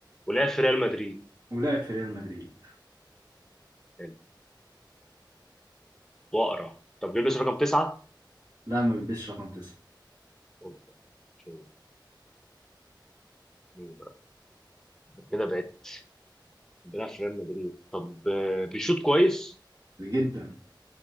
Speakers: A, in the centre; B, on the right.
A: ولعب في ريال مدريد
B: ولعب في ريال مدريد
A: حلو واقرع طب ليه بس رقم تسعة
B: لا ما بيلبسش رقم تسعة
A: أوبا. شو- مين بقى؟ كده بعت بيلعب في ريال مدريد طب آه، بيشوط كويس
B: جدا